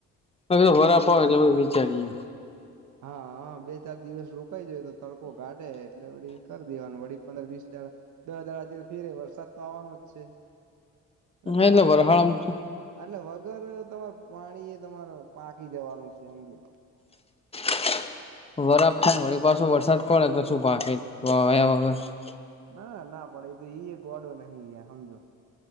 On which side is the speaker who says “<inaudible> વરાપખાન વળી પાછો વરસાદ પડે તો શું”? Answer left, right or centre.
Left